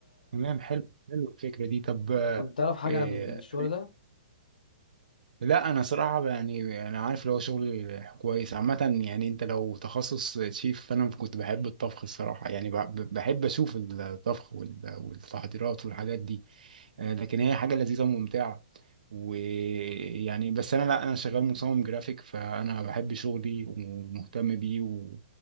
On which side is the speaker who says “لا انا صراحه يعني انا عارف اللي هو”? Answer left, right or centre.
Right